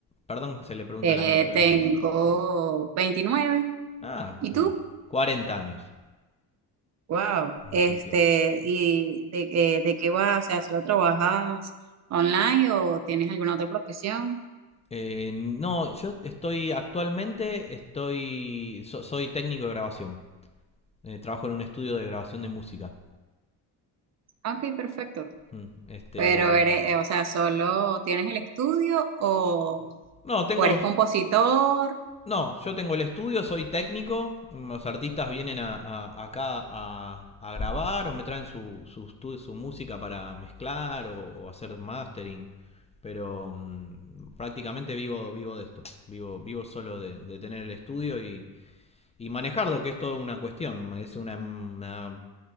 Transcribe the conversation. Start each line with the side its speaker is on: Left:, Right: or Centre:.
Left: Perdón, se le pregunta
Right: Eh,
Left: a las mujeres
Right: tengo
Left: eso.
Right: 29.
Left: Ah,
Right: ¿Y
Left: bueno,
Right: tú?
Left: 40 años.
Right: Wow. Este,
Left: Así que...
Right: ¿y de, eh, de qué vas? O sea, ¿solo trabajas online o tienes alguna otra profesión?
Left: Eh, no, yo estoy actualmente, estoy, so- soy técnico de grabación. Eh, trabajo en un estudio de grabación de música.
Right: Ah, Ok, perfecto.
Left: Mm, Este,
Right: Pero eres, eh, o sea, ¿solo tienes el estudio o,
Left: no, tengo,
Right: o eres compositor?
Left: no, yo tengo el estudio, soy técnico. Los artistas vienen a, a- acá a, a grabar o me traen su, su, su música para mezclar o, o hacer mastering. Pero mm, prácticamente vivo, vivo de esto. Vivo, vivo solo de, de tener el estudio y, y manejarlo, que es toda una cuestión. Es una, una-